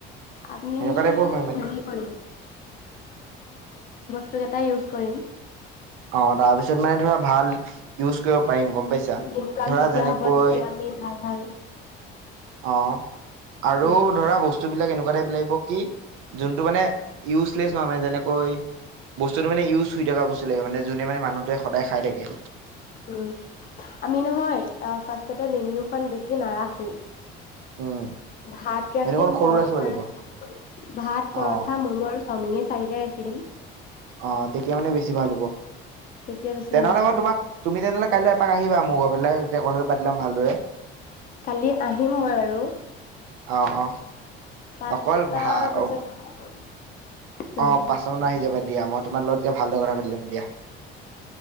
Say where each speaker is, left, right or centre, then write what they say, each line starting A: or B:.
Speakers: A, on the left; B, on the right.
A: আমি
B: এনেকুৱা টাইপো হয় মানে।
A: হেৰি কৰিম বস্তুকেইটাই ইউজ কৰিম।
B: অ তাৰপিছত মানে ধৰা ভাল ইউজ কৰিব পাৰিম গম পাইছা?
A: ইনকাম
B: ধৰা
A: যেতিয়া
B: যেনেকৈ
A: হ'ব <unintelligible> ভাল ভাল।
B: অ, আৰু
A: উম
B: ধৰা বস্তুবিলাক এনেকোৱা টাইপ লাগিব কি জুনটো মানে ইউজলেচ নহয় মানে যেনেকৈ বস্তুটো মানে ইউজ হৈ থকা বস্তু লাগিব জুনে মানে মানুহটোৱে সদায় খাই থাকে
A: উম আমি নহয় ফাৰ্ষ্টতে মেনিউখন বেছি নাৰাখো।
B: উম
A: ভাত ৰাখিম,
B: এনেকণ সৰু
A: পৰাঠা
B: ৰাখিব লাগিব
A: ৰাখিম, ভাত পৰাঠা
B: অ
A: মম' আৰু চাওমিন এই চাৰিটাই ৰাখিম।
B: অ তেতিয়া মানে বেছি ভাল হ'ব
A: তেতিয়া বেছি
B: ।তেনেহলে
A: ভাল হ'ব।
B: মই তোমাক তুমি তেনেহলে কাইলৈ এপাক আহিবা মোৰ ঘৰ ফালে যে কথাটো পাতি‌ লম। ভালদৰে
A: কালি আহিম মই বাৰু।
B: অ অ
A: পাঁচটা
B: অকল ভা
A: দছত।
B: অ
A: যাম
B: অ
A: দিয়া
B: পাঁচটা মানত আহি যাবা দিয়া মই তোমাৰ লগত এতিয়া ভালদৰে কথা পাতি লম দিয়া